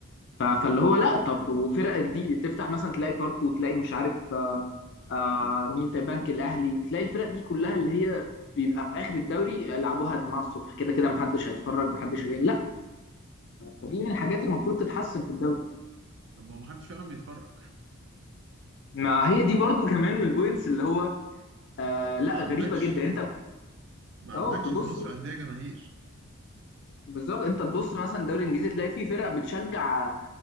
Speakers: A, on the left; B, on the right.
A: ف- فاللي هو لا طب وفرق دي تفتح مثلا تلاقي فاركو وتلاقي مش عارف آه، آه، مين تاني، بنك الاهلي تلاقي الفرق دي كلها اللي هي بيبقى في اخر الدوري يلعبوها يا جماعه الصبح كده كده محدش هيتفرج محدش هي... لا فدي من الحاجات اللي المفروض تتحسن في الدوري
B: طب ما ما حدش فعلا بيتفرج
A: ما هي دي برضو كمان من البوينتس اللي هو آه لا
B: ما عندكش
A: غريبه جدا
B: ما
A: اه
B: عندكش
A: تبص
B: في مصر أندية جماهير
A: بالظبط انت تبص مثلا الدوري الانجليزي تلاقي في فرق بتشجع